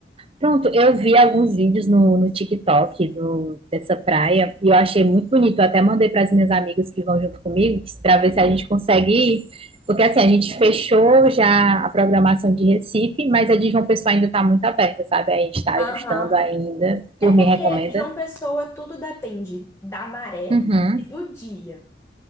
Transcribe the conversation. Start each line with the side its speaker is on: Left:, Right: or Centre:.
Right: Pronto, eu vi alguns vídeos no, no TikTok do, dessa praia e eu achei muito bonito. Eu até mandei para as minhas amigas que vão junto comigo para
Left: Uhum.
Right: ver se a gente consegue ir. Porque assim, a gente fechou já a programação de Recife, mas a de João Pessoa ainda está muito aberta, sabe? A gente está
Left: Aham.
Right: ajustando ainda. Tu
Left: É porque
Right: me recomenda?
Left: João Pessoa tudo depende da maré
Right: Uhum.
Left: e do dia.